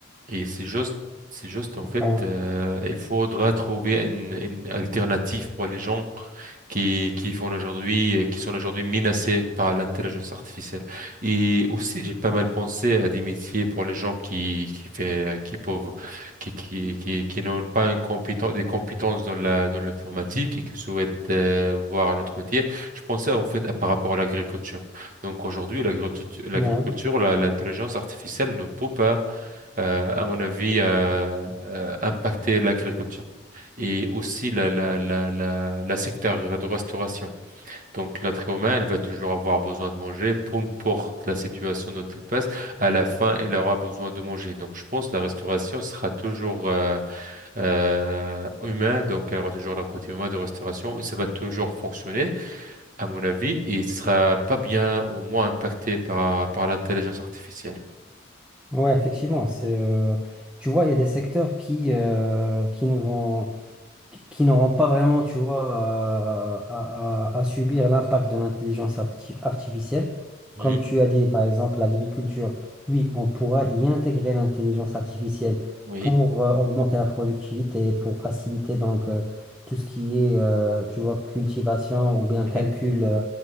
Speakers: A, on the right; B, in the centre.
A: et c'est juste, c'est juste, en fait,
B: ouais,
A: euh, il faudra trouver une, une alternative pour les gens qui, qui font aujourd'hui, euh, qui sont aujourd'hui menacés par l'intelligence artificielle. Et aussi, j'ai pas mal pensé à des métiers pour les gens qui, qui fait, qui peuvent qui, qui, qui, qui n'ont pas une compéten- des compétences dans la, dans l'informatique et qui souhaitent euh, voir un autre métier. Je pensais en fait à- par rapport à l'agriculture. Donc aujourd'hui, l'agriculture, l'agriculture,
B: ouais,
A: la- l'intelligence artificielle ne peut pas, euh, à mon avis, euh, euh, impacter l'agriculture. Et aussi la, la, la, la, la secteur de restauration. Donc, l'être humain, elle va toujours avoir besoin de manger, peu importe la situation dont elle passe, à la fin, elle aura besoin de manger. Donc, je pense que la restauration sera toujours euh, euh, humain, donc elle aura toujours le côté humain de restauration, et ça va toujours fonctionner, à mon avis, et ce sera pas bien ou moins impacté par, par l'intelligence artificielle.
B: Ouais, effectivement. C'est, euh, tu vois, il y a des secteurs qui, euh, qui ne vont... qui qui n'auront pas vraiment, tu vois, euh, à, à- à subir l'impact de l'intelligence arti- artificielle.
A: Mhm.
B: Comme tu as dit, par exemple, l'agriculture, oui, on pourra y intégrer l'intelligence artificielle
A: Oui.
B: pour euh, augmenter la productivité, pour faciliter donc euh, tout ce qui est, euh, tu vois, cultivation ou bien
A: Mhm.
B: calcul euh,